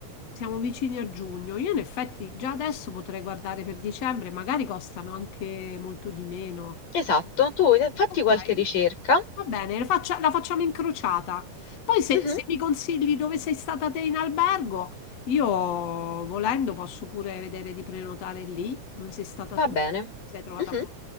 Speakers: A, on the left; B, on the left.
A: siamo vicini a giugno, io in effetti già adesso potrei guardare per dicembre, magari costano anche molto di meno.
B: Esatto, tu eh, fatti
A: Ok,
B: qualche ricerca.
A: va bene, le faccia- la facciamo incrociata. Poi se,
B: Mhm,
A: se mi consigli dove sei stata te in albergo, io volendo posso pure vedere di prenotare lì dove sei stata
B: va
A: tu.
B: bene.
A: Ti sei trovata
B: Mhm,
A: bene.